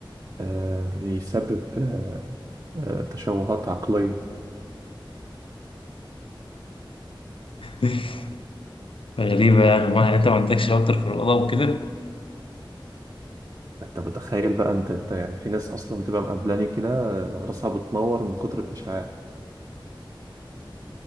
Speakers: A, on the right (about 45°); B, on the left (about 85°).
A: آه بيسبب آه آه تشوهات عقلية
B: <laughs> غريبة يعني ما يعني أنت ما عندكش راوتر في الأوضة وكده
A: أنت متخيل بقى أنت أنت يعني في ناس أصلا بتبقى مقبلاني كده آه، راسها بتنور من كتر الإشعاع